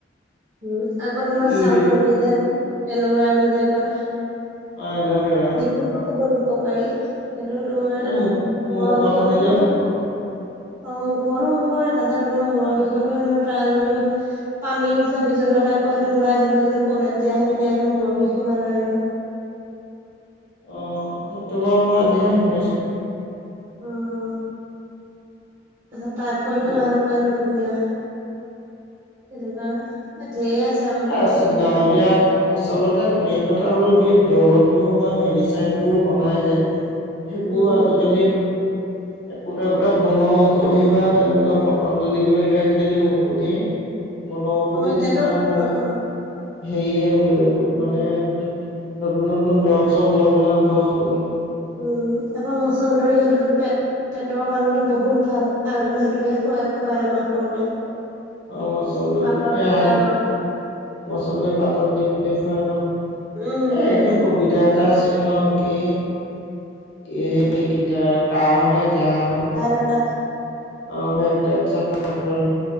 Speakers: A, on the right (about 40°); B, on the left (about 70°).
A: উম আকৌ তোমাৰ
B: ইউৰি
A: ছাল কুঁৱৰী যে এলভেৰা বুলি যে কয়।
B: অহ এলভেৰা।
A: সেইটোতো বহুত উপকাৰী সেইটো তোমাৰ
B: এইটো মুখ
A: মূৰৰ
B: মুখত
A: বিষতো।
B: সানিলে মুখত
A: অহ মুখৰতো মুখৰে তাৰপিছত তোমাৰ মূৰৰ বিষতো হেনো তাৰ যোনতো। পানীৰ নিচিনা বিজলোৱা টাইপৰ সেইটো উলাই সেইটো যদি প্ৰলেপ দিয়া হয় তেতিয়াহ'লে মূৰ বিষ ভাল হয় হেনো।
B: অহ সেইটো বাৰু মই আজিহে শুনিছো।
A: উম উম। তাৰপিছত টাইফয়ডো
B: অ
A: ভালকৰে নিমুনিয়া তেনেকুৱা ঢেৰ আছে আমাৰ
B: এ
A: প্ৰকৃতিতে
B: আছে গাঁৱলীয়া। আচলতে মেইন কথা হ'ল কি দৰববোৰ বা মেডিচেনবোৰ বনাই যে। সেইবোৰ
A: উম
B: আজিকালি। একোটা একোটা বন ঔষধি বা তেনেকুৱা পতঞ্জলি কিবা কিবি আজিকালি ঔষধি।
A: <unintelligible>
B: বনৌ ঔষধি
A: অ এতিয়াতো
B: কিছুমান হেৰিয়ে
A: অ
B: উলাই গল মানে। নতুন নতুন দৰব চৰব উলাবলৈ আৰম্ভ হৈ গ'ল।
A: উম আকৌ মচন্দৰী সেইটোতো পেট পেটৰ কাৰণটো বহুত ভাল আগতেতো। সেইটোকে খুৱাই খুৱাই আমাক সৰুতে।
B: অহ মচন্দৰীতো
A: পাতত দিবা
B: এহগে
A: অ
B: মচন্দৰী পাতত দি মেলি খুৱাই ন।
A: উম উম
B: এ এইটো কবিতা এটা আছিল ন কি কি সেই কিতাপ। কাঁহ হলে কেহা খাবা।
A: তাতে
B: অহ ভে পেট চাফা কৰে।